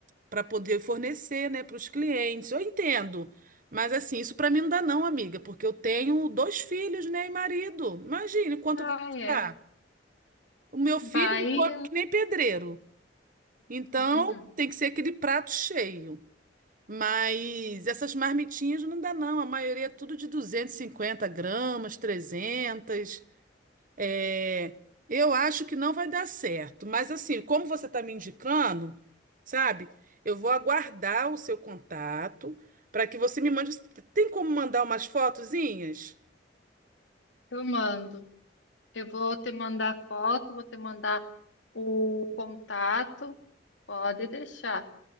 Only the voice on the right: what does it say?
para poder fornecer, né, para os clientes. Eu entendo, mas assim, isso para mim não dá não, amiga, porque eu tenho dois filhos, né, e marido. Imagine quanto
eu vou
gastar. O meu filho
ele come que nem pedreiro. Então,
tem que ser aquele prato cheio. Mas essas marmitinhas não dá não, a maioria é tudo de 250 gramas, 300. É, eu acho que não vai dar certo, mas assim, como você está me indicando, sabe? Eu vou aguardar o seu contato para que você me mande. Tem como mandar umas fotozinhas?